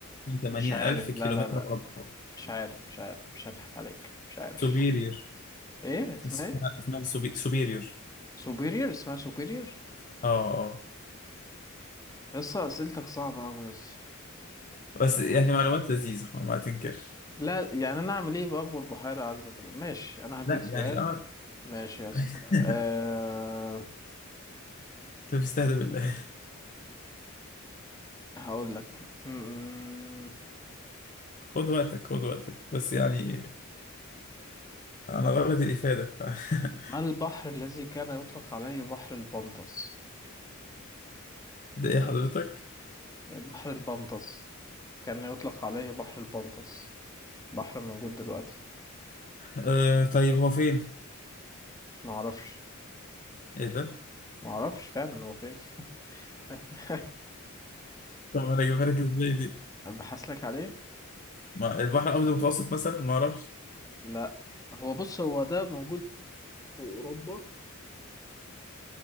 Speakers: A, on the left; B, on the left.
A: 80
B: مش عارف
A: الف كيلومتر
B: لا لا لا
A: مربع
B: مش عارف مش عارف مش هضحك عليك مش عارف
A: سوبيريور
B: <laughs> ايه اسمها
A: اسمها
B: ايه
A: اسمها سوبي... سوبيريور
B: سوبيريور اسمها سوبيريور
A: اه اه
B: يسطا اسئلتك صعبة اوي يسطا
A: بس
B: يعني
A: يعني معلومات لذيذة ما تنكر
B: لا يعني انا اعمل ايه باكبر بحيره عذبه في العالم ماشي انا هديك
A: لا
B: سؤال
A: يعني اه
B: ماشي يا اسطى
A: <laughs>
B: أه...
A: انت بتستهدف بالله
B: هقول لك م- م-
A: خد وقتك خد وقتك بس يعني انا غرض الافادة <laughs>
B: ما البحر الذي كان يطلق عليه بحر البنطس
A: ده ايه حضرتك
B: بحر البنطس كان يطلق عليه بحر البنطس بحر موجود دلوقتي
A: آه طيب هو فين
B: ما اعرفش
A: ايه ده <laughs>
B: ما اعرفش فعلا هو فين <laughs>
A: طب انا اجيبها لك ازاي دي
B: ابحث لك عليه
A: ما- البحر الابيض المتوسط مثلا ما اعرفش
B: لا هو بص هو ده موجود في اوروبا